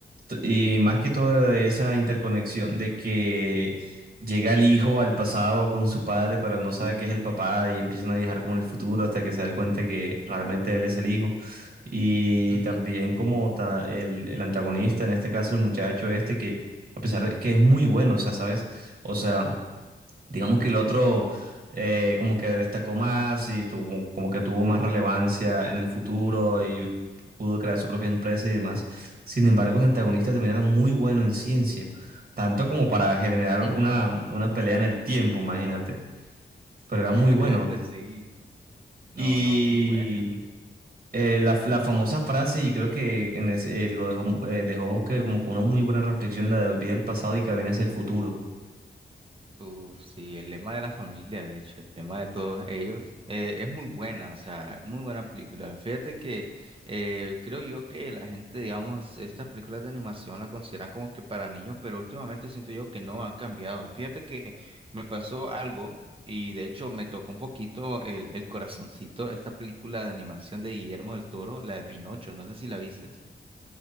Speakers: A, on the right; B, on the right.
A: t- y más que todo esa interconexión de que llega el hijo al pasado con su padre, pero él no sabe que es el papá y empiezan a viajar como en el futuro hasta que se da cuenta que realmente él es el hijo. Y
B: Ujú,
A: también como ta- el, el antagonista, en este caso el muchacho este, que a pesar de que es muy bueno, o sea, ¿sabes? O sea... Digamos que el otro eh, como que destacó más y tuvo, como que tuvo más relevancia en el futuro y pudo crear su propia empresa y demás. Sin embargo, el antagonista también era muy bueno en ciencia, tanto como para generar
B: ujú.
A: una, una pelea en el tiempo, imagínate. Pero era
B: <laughs>
A: muy bueno.
B: Sí, no,
A: Y
B: no, muy buena.
A: eh, la, la famosa frase, y creo que en ese- eh, lo dejó, eh, dejó que como que una muy buena reflexión, la de olvida el pasado y camina hacia el futuro.
B: Uf, sí, el lema de la familia, de hecho, el lema de todos ellos, eh, es muy buena, o sea, muy buena película. Fíjate que eh, creo yo que la gente, digamos, estas películas de animación la consideran como que para niños, pero últimamente siento yo que no han cambiado. Fíjate que me pasó algo y de hecho me tocó un poquito el, el corazoncito esta película de animación de Guillermo del Toro, la de Pinocho, no sé si la vistes.